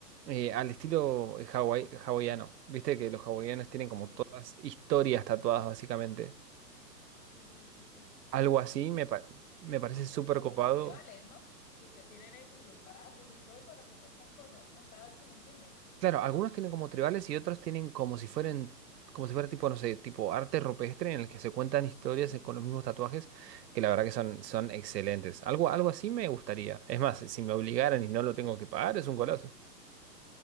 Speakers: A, on the right; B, on the left.
A: eh, al estilo hawai- hawaiano. Viste que los hawaianos tienen como
B: Sí,
A: todas historias tatuadas, básicamente.
B: sí, sí, sí, sí.
A: Algo
B: Es-
A: así
B: son
A: me, pa- me parece súper
B: son
A: copado.
B: como tribales, ¿no? Lo que tienen ellos, los brazos y todo eso representan cosas, ¿no? Cada es como un símbolo.
A: Claro, algunos tienen como tribales y otros tienen como si fueran, como si fuera tipo, no sé, tipo arte rupestre en el que se cuentan historias
B: <laughs>
A: eh, con los mismos tatuajes, que la verdad que son, son excelentes. Algo, algo así me gustaría. Es más, si me obligaran y no lo tengo que pagar, es un golazo.